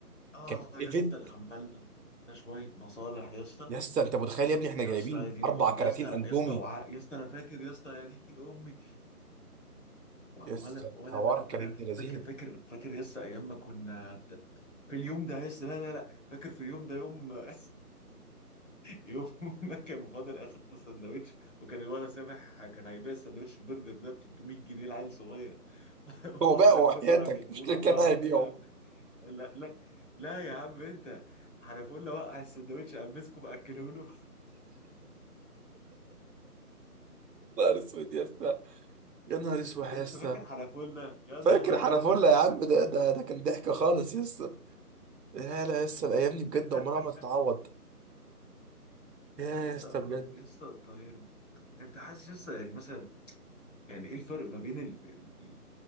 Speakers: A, on the left; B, on the right.
A: اه
B: كان
A: يا
B: ايفنت
A: اسطى اللي عملنا شويه مصالح يا اسطى
B: يا اسطى انت متخيل يا ابني احنا جايبين
A: يا اسطى يا دين
B: اربع
A: ام
B: كراتين
A: يا اسطى
B: اندومي
A: يا اسطى وعاء يا اسطى انا فاكر يا اسطى يا دين امي و-
B: يا اسطى
A: ولا
B: الحوار
A: ولا ولا
B: كان
A: ولا
B: ابن لذينه
A: فاكر فاكر فاكر يس ايام ما كنا في اليوم ده يس لا لا لا فاكر في اليوم ده يوم <laughs> يوم ما كان فاضل اخر سندوتش وكان الولد سامح كان هيبيع السندوتش البرجر ده ب 300 جنيه لعيل صغير <laughs>
B: هو
A: وحنفوله
B: بقى هو حياتك
A: راح يديهوله
B: <laughs> مش اللي
A: ابويا
B: كان
A: على
B: هيبيعه
A: الارض فقام لا لا لا يا عم انت حنفوله وقع السندوتش قام مسكه مأكله له
B: يا نهار اسود يا اسطى يا نهار
A: <laughs>
B: اسود يا
A: لسه
B: اسطى
A: فاكر حنفوله يا
B: فاكر
A: نهار
B: حنفله
A: ابيض على
B: يا
A: حنفوله
B: عم ده ده ده كان ضحكه خالص يا اسطى يا لا يا اسطى الايام دي بجد
A: <laughs>
B: عمرها ما تتعوض يا
A: يسطا
B: يا اسطى
A: طب
B: بجد
A: يسطا طيب انت حاسس لسه يعني مثلا يعني ايه الفرق ما بين ال... ال-